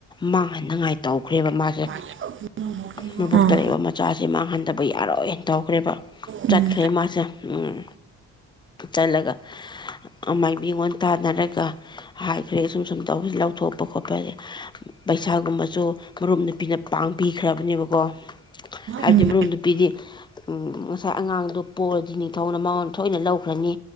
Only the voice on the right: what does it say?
<unintelligible>
ꯑꯥ
ꯎꯝ
ꯎꯝ